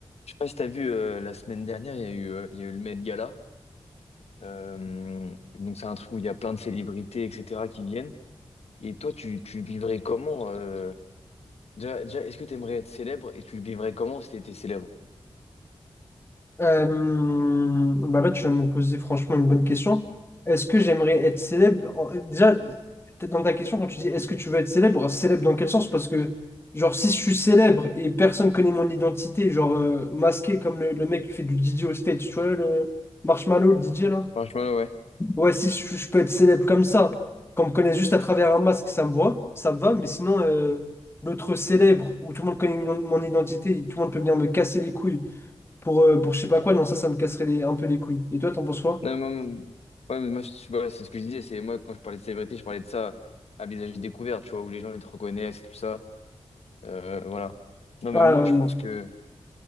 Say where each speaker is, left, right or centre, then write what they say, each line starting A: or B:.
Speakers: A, on the left; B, on the left.
A: Je sais pas si t'as vu euh, la semaine dernière, il y a eu, euh, il y a eu le Met Gala. Euh, donc c'est un truc où il y a plein de célébrités, etc. qui viennent. Et toi, tu, tu vivrais comment euh, Déjà, déjà, est-ce que tu aimerais être célèbre et tu le vivrais comment si t'étais célèbre?
B: Euh, bah là, tu viens de me poser franchement une bonne question. Est-ce que j'aimerais être célèbre? en- euh, Déjà, peut-être dans ta question, quand tu dis est-ce que tu veux être célèbre, célèbre dans quel sens? Parce que, genre, si je suis célèbre et personne connaît mon identité, genre euh, masqué comme le, le mec qui fait du DJ au stage, tu vois, le Marshmallow, le DJ là?
A: Franchement, ouais.
B: Ouais, si je, je peux être célèbre comme ça, qu'on me connaisse juste à travers un masque, ça me voit, ça me va, mais sinon, euh, l'autre célèbre où tout le monde connaît mon, mon identité, tout le monde peut venir me casser les couilles pour, euh, pour je sais pas quoi, non, ça, ça me casserait les- un peu les couilles. Et toi, t'en penses quoi?
A: Non, mais moi, ouais, mais moi, je sais pas, c'est ce que je disais. C'est moi quand je parlais de célébrité, je parlais de ça à visage découvert, tu vois, où les gens ils te reconnaissent et tout ça. Euh, voilà. Non,
B: Ah,
A: mais moi,
B: euh,
A: je pense que